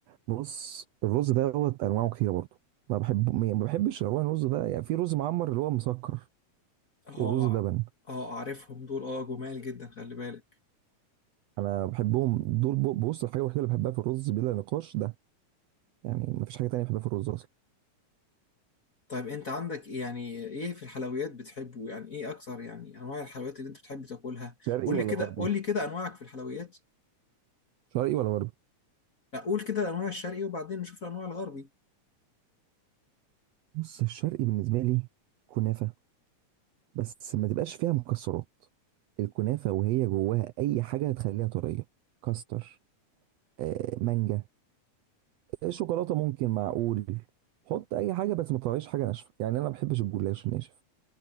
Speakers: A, on the right; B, on the left.
A: بص الرز ده هو أنواعه كتيرة برضه ما بحب ما بحبش أنواع الرز ده يعني في رز معمر اللي هو مسكر
B: اه
A: والرز بلبن
B: اه اعرفهم دول اه جمال جدا خلي بالك
A: أنا بحبهم دول ب- بص الحاجة الوحيدة اللي بحبها في الرز بلا نقاش ده يعني ما فيش حاجة تانية بحبها في الرز أصلا
B: طيب انت عندك إيه يعني ايه في الحلويات بتحبه يعني ايه اكتر يعني انواع الحلويات اللي انت بتحب تاكلها
A: شرقي
B: قول
A: ولا
B: لي كده
A: غربي
B: قول لي كده انواعك في الحلويات
A: شرقي ولا غربي
B: لا قول كده الانواع الشرقي وبعدين نشوف الانواع الغربي
A: بص الشرقي بالنسبة لي كنافة بس ما تبقاش فيها مكسرات الكنافة وهي جواها أي حاجة هتخليها طرية كاستر آه، مانجا الشوكولاته ممكن معقول حط اي حاجه بس ما تطلعليش حاجه ناشفه يعني انا ما بحبش الجلاش الناشف